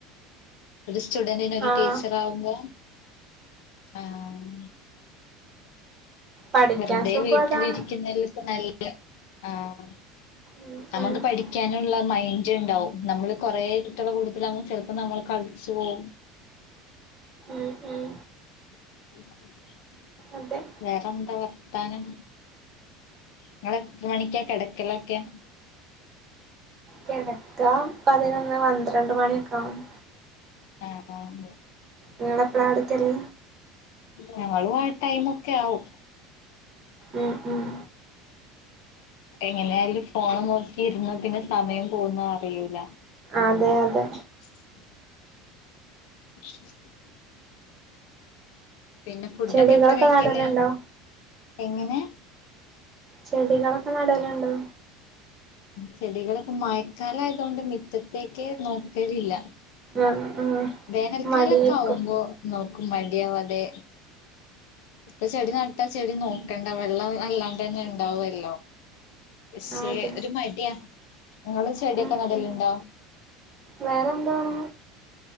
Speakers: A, on the left; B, on the right.
A: ഒരു സ്റ്റുഡന്റിന് ഒരു
B: ആഹ്
A: ടീച്ചർ ആകുമ്പോ ആഹ്
B: പഠിക്കാൻ
A: വെറുതെ
B: സുഖം
A: വീട്ടിലിരിക്കുന്നതിലിപ്പം
B: അതാണ്
A: ത്നല്ല ആഹ്
B: ഉം
A: നമുക്ക്
B: ഉം
A: പഠിക്കാനുള്ള മൈ മെയ്ൻ്റ്ണ്ടാവും നമ്മള് കൊറേ കുട്ട്യെളെ കൂട്ടത്തീലാവുമ്പൊ ചെലപ്പോ നമ്മൾ കൾച്ച് പോവും
B: ഉം ഉം
A: <inaudible>
B: അതെ
A: വേറെന്താ പറ ത്താനം ഇങ്ങളെത്ര മണിക്കാ കെടക്കലൊക്കെ
B: കെടക്ക പതിനൊന്ന് പന്ത്രണ്ട് മണിയൊക്കെ ആവും
A: ആഹ് ആഹ്
B: നിങ്ങളെപ്പളാ കെടക്കല്
A: ഞങ്ങളും ആ ടൈമൊക്കെ ആവും
B: ഉം ഉം
A: എങ്ങനെയാലും ഫോണ് നോക്കിയിരുന്നാ പിന്നെ സമയം പോകുന്നറിയൂല
B: അതെ അതെ
A: <unintelligible> <unintelligible> പിന്നെ ഫുഡൊക്കെ
B: ചെടികളൊക്കെ
A: എപ്പ കഴിക്കല്
B: നടലുണ്ടോ
A: എങ്ങനെ
B: ചെടികളൊ നടല്ണ്ടോ
A: ചെടികളൊക്കെ മയക്കാലായതോണ്ട് മിറ്റത്തേക്കേ നോക്കലില്ല
B: ആഹ് ആഹ്
A: വേനൽക്കാലൊക്കെ
B: മടിയായിരിക്കും
A: ആവുമ്പോ നോക്കും മടിയവാതെ ഇപ്പൊ ചെടി നട്ടാ ചെടി നോക്കണ്ട വെള്ളം അല്ലാണ്ടെന്നെ ഇണ്ടാവല്ലോ പക്ഷെ
B: അതെ
A: ഒരു മടിയാ ഇങ്ങളും ചെടിയൊക്കെ
B: ഉം
A: നടലുണ്ടോ
B: ഉം വേറെന്താണ്